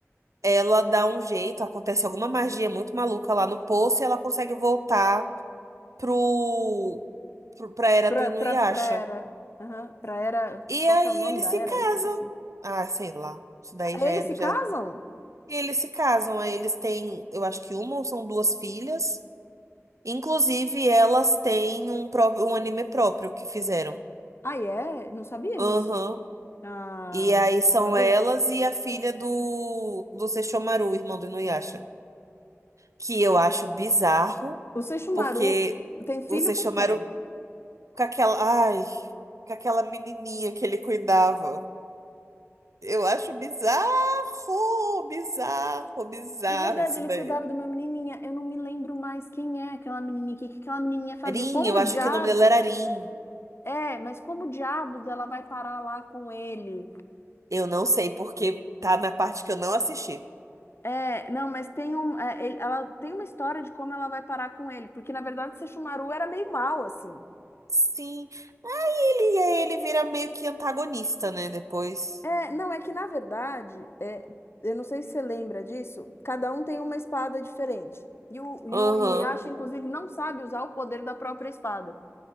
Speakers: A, on the right (about 80°); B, on the left (about 50°).
A: ela dá um jeito, acontece alguma magia muito maluca lá no poço e ela consegue voltar pro, pro pra era
B: Pra,
A: do Inuyasha.
B: pra, pra era. Aham, pra era.
A: E
B: Qual
A: aí
B: que é o nome
A: eles
B: da
A: se
B: era?
A: casam.
B: Esqueci.
A: Ah, sei lá. Isso daí já
B: Eles
A: é.
B: se casam?
A: Já... E eles se casam, aí eles têm, eu acho que uma ou são duas filhas. Inclusive, elas têm um, pró- um anime próprio que fizeram.
B: Ah, é? Não sabia
A: Aham.
B: disso. Ah,
A: E aí são
B: quer saber?
A: elas e a filha do, do Sesshomaru, irmão do Inuyasha. Que eu acho bizarro,
B: O Seixumaru
A: porque
B: tem filho
A: o Sesshomaru
B: com quem?
A: com aquela. Ai, com aquela menininha que ele cuidava. Eu acho bizarro, bizarro, bizarro
B: É verdade,
A: isso
B: ele
A: daí.
B: cuidava de uma menininha. Eu não me lembro mais quem é aquela menininha, o que que aquela menininha fazia.
A: Rin,
B: Como
A: eu acho
B: diabos?
A: que o nome dela era Rin.
B: É, mas como diabos ela vai parar lá com ele?
A: Eu não sei porque tá na parte que eu não assisti.
B: É, não, mas tem um, é, ele- ela tem uma história de como ela vai parar com ele, porque na verdade Sesshomaru era meio mal assim.
A: Sim. Aí ele, aí ele vira meio que antagonista, né? Depois.
B: É, não, é que na verdade, é, eu não sei se você lembra disso, cada um tem uma espada diferente. E o, e
A: Aham.
B: o Inuyasha, inclusive, não sabe usar o poder da própria espada.